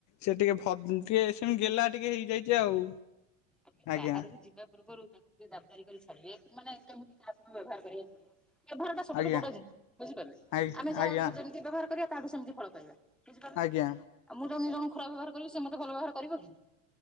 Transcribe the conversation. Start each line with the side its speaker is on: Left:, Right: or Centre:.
Left: ସେ ଟିକେ ଭ ଟିକେ ସେମ ଗେହ୍ଲା ଟିକେ ହେଇଯାଇଚି ଆଉ।
Centre: ଆ
Left: ଆଜ୍ଞା।
Centre: ବାହାରକୁ ଯିବା ପୂର୍ବରୁ ତାଙ୍କୁ ଟିକେ ଦାବଦାରି କରି ଛାଡିବେ ମାନେ କେମିତି କାହା ସହ ବ୍ୟବହାର କରିବା ସାଙ୍ଗ ବ୍ୟବହାର ଟା ସବୁଠୁ
Left: ଆଜ୍ଞା
Centre: ବଡ ଜିନିଷ ବୁଝିପାରିଲେ
Left: ଆ
Centre: ଆମେ ଯାହାକୁ
Left: ଆଜ୍ଞା
Centre: ଯେମିତି ବ୍ୟବହାର କରିବା ତାହାଠୁ ସେମିତି ଫଳ ପାଇବା। ବୁଝପାରିଲ
Left: ଆଜ୍ଞା
Centre: ଆଉ ମୁଁ ତମକୁ ତମ ଖରାପ ବ୍ୟବହାର କରିବି ସେ ମତେ ଭଲ ବ୍ୟବହାର କରିବ କି?